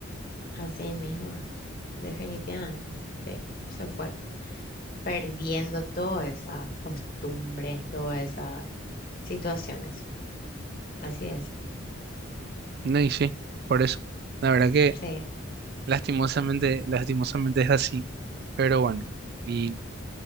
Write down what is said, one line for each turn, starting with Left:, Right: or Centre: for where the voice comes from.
Left: así mismo, es, definitivamente. Sí, se fue perdiendo todas esas costumbres, todas esas situaciones. Así es.
Right: No, y sí, por eso. La verdad que
Left: Sí,
Right: lastimosamente, lastimosamente es así, pero bueno, y,